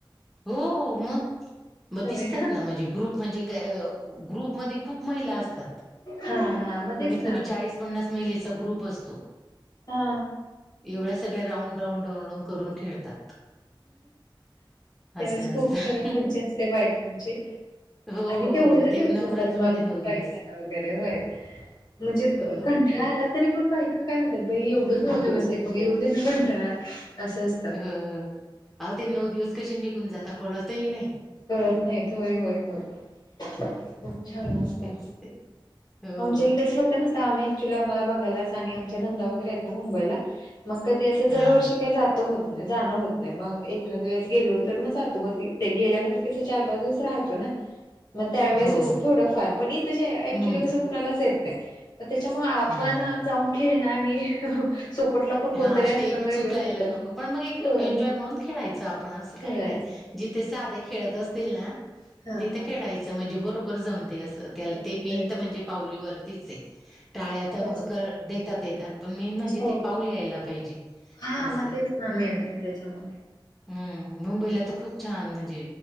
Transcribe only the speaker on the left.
होय
का?
हा हा मग तेच
ना
हा!
त्यावेळेस
खूप
खरं मज्जा असते बायकांची.
आणि तेवढेच
दिवस
असतात <unintelligible>
बाईकांना वगैरे होय म्हणजे
कंठाळा आला तरी पण बायक काय म्हणतात, बाई एवढंच नऊ
दिवस आहेत मग येवूदे ना कंटाळा. असं असत
कळत नाहीत. होय, होय, होय
खूप छान असता.
आमच्या इथेच फक्त नसत. आम्ही ॲक्च्युली आम्हाला बघायलाच आणि आमच्या नंदा वगैरे आहेत ना मुंबईला मग कधी असं जर
वर्षी काय जात त जाण होत नाही. मग एखाद वेळेस गेलो तर म जातो. म ते गेल्यानंतर कि चार, पाच दिवस राह तो ना म त्यावेळेस
आस थोडफार, पण इथं जे अक्च्युअली
कसं कुणालाच येत नाही. त्याच्यामुळं आपण
जाऊन खेळणं आणि सोपटला पण
कोणतरी
असणं वेगळं
पडतं
होय
खेळायचं
हा
हा
हा
जमतय
हो
हो
हो
हा
मग तेच ना
मेन आहे त्याच्यामध्ये